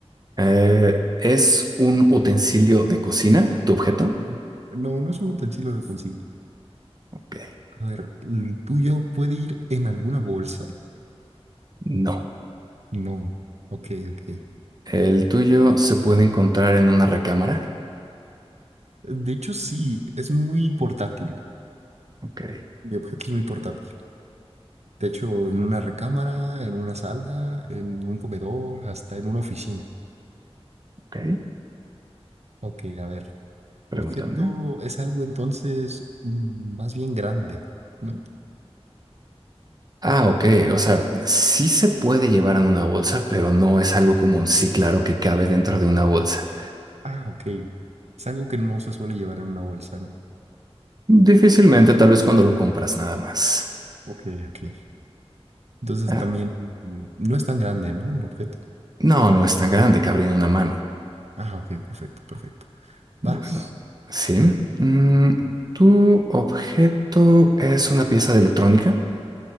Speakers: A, on the right; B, on the right.
A: Eh, ¿es un utensilio de cocina tu objeto?
B: Mm. No, no es un utensilio de cocina.
A: Ok,
B: A ver, ¿el tuyo puede ir en alguna bolsa?
A: no.
B: No. Ok, ok.
A: ¿El tuyo se puede encontrar en una recámara?
B: De hecho, sí, es muy portátil.
A: Ok,
B: Mi objeto es muy portátil. De hecho, en una recámara, en una sala, en un comedor, hasta en una oficina.
A: ok.
B: Ok, a ver.
A: Pregúntame.
B: Objeto es algo entonces mm, más bien grande, ¿no?
A: Ah, ok. O sea, sí se puede llevar en una bolsa, pero no es algo común. Sí, claro que cabe dentro de una bolsa.
B: Ah, ok. Es algo que no se suele llevar en una bolsa, ¿no?
A: Difícilmente, tal vez cuando lo compras nada más.
B: Ok, ok. Entonces
A: Ah,
B: también mm, no es tan grande, ¿no? El objeto.
A: no, no es tan grande, cabría en una mano.
B: Ah, ok, perfecto, perfecto. Vas.
A: Bueno, sí. Mm, ¿tu objeto es una pieza de electrónica?